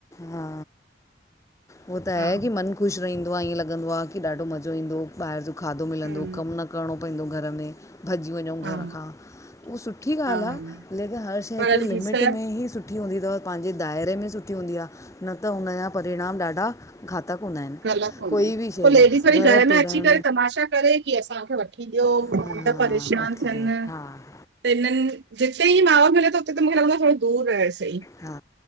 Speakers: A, on the left; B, on the right.
A: हा हूअ त आहे
B: हा
A: की मनु ख़ुशि रहंदो आ। ईअं लॻंदो आ की ॾाढो मज़ो ईंदो ॿाहिरि जो खाधो
B: हम्म
A: मिलंदो कमु न करिणो पईंदो घर में। भॼी वञूं
B: हा
A: घर खां। उहा सुठी ॻाल्हि
B: हा
A: आ, लेकिन हर शइ
B: पर
A: हिकु लिमिट
B: ॾिस हा
A: में ई सुठी सुठी हूंदी थव। पंहिंजे दाइरे में सुठी हूंदी आ न त हुनजा परिणाम ॾाढा घातक हूंदा आहिनि
B: ग़लत हूंदा
A: कोई
B: आहिन।
A: बि शइ
B: पो लेडीस
A: जा
B: वरी घर में
A: तोड़ण
B: अची करे तमाशा करे की असांखे वठी ॾियो,
A: हा
B: मर्द परेशान
A: वठी
B: थियनि।
A: ॾियो हा हा
B: त हिननि जिते ई माहौल मिले थो उते त मुखे लॻंदो आहे थोड़ो दूर रहे सही
A: हा।